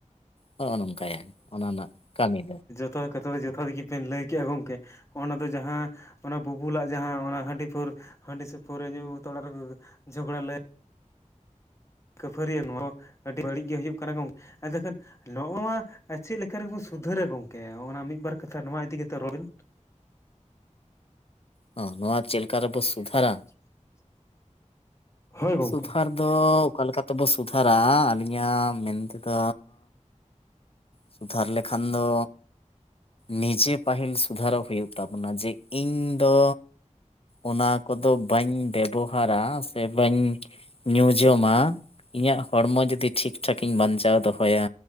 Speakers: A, on the left; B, on the left.
A: ᱦᱚᱸᱜ-ᱚ ᱱᱚᱝᱠᱟᱭᱟᱭ ᱚᱱᱟ ᱨᱮᱱᱟᱜ ᱠᱟᱹᱢᱤ ᱫᱚ᱾
B: ᱛᱚ ᱠᱟᱛᱷᱟ ᱫᱚ ᱡᱚᱛᱷᱟᱫ ᱜᱮᱛᱩᱧ ᱞᱟᱹᱭ ᱠᱮᱜ-ᱟ ᱜᱚᱝᱠᱮ᱾ ᱚᱱᱟ ᱫᱚ ᱡᱟᱦᱟᱸ ᱚᱱᱟ ᱵᱩᱵᱩᱞᱟᱜ ᱡᱟᱦᱟᱸ ᱚᱱᱟ ᱦᱟᱺᱰᱤ ᱯᱟᱹᱣᱨᱟᱹ ᱦᱟᱺᱰᱤ ᱥᱮ ᱯᱟᱹᱣᱨᱟᱹ ᱧᱩ ᱟᱹᱜᱩ ᱠᱟᱛᱮ ᱚᱲᱟᱜ ᱨᱮᱠᱚ ᱡᱷᱚᱜᱽᱲᱟ ᱞᱮ ᱠᱷᱟᱹᱯᱟᱹᱨᱤᱭᱟᱹ ᱱᱚᱣᱟ ᱟᱹᱰᱤ ᱵᱟᱹᱲᱤᱡ ᱜᱮ ᱦᱩᱭᱩᱜ ᱠᱟᱱᱟ ᱜᱚᱝ, ᱟᱫᱚ ᱠᱷᱟᱱ ᱱᱚᱣᱟ ᱪᱮᱫ ᱞᱮᱠᱟ ᱨᱮᱵᱚᱱ ᱥᱩᱫᱷᱟᱹᱨᱟ ᱜᱚᱝᱠᱮ? ᱦᱚᱸᱜ-ᱚᱱᱟ ᱢᱤᱫᱵᱟᱨ ᱠᱟᱛᱷᱟ ᱱᱚᱣᱟ ᱤᱫᱤ ᱠᱟᱛᱮᱫ ᱨᱚᱲ ᱵᱤᱱ᱾
A: ᱦᱮᱸ, ᱱᱚᱣᱟ ᱪᱮᱞᱮᱠᱟ ᱨᱮᱵᱚ ᱥᱩᱫᱷᱟᱹᱨᱟ?
B: <inaudible> ᱦᱳᱭ ᱜᱚᱝᱠᱮ
A: ᱥᱩᱫᱷᱟᱹᱨ ᱫᱚ ᱚᱠᱟ ᱞᱮᱠᱟ ᱛᱮᱵᱚ ᱥᱩᱫᱷᱟᱹᱨᱟ ᱟᱞᱤᱧᱟᱜ ᱢᱮᱱᱛᱮᱫᱚ ᱥᱩᱫᱷᱟᱹᱨ ᱞᱮᱠᱷᱟᱱ ᱫᱚ ᱱᱤᱡᱮ ᱯᱟᱹᱦᱤᱞ ᱥᱩᱫᱷᱟᱨᱚᱜ ᱦᱩᱭᱩᱜ ᱛᱟᱵᱚᱱᱟ ᱡᱮ ᱤᱧ ᱫᱚ ᱚᱱᱟ ᱠᱚᱫᱚ ᱵᱟᱹᱧ ᱵᱮᱵᱚᱦᱟᱨᱟ ᱥᱮ ᱵᱟᱹᱧ ᱧᱩ-ᱡᱚᱢᱟ, ᱤᱧᱟᱹᱜ ᱦᱚᱲᱢᱚ ᱡᱩᱫᱤ ᱴᱷᱤᱠ ᱴᱷᱟᱠᱤᱧ ᱵᱟᱧᱪᱟᱣ ᱫᱚᱦᱚᱭᱟ᱾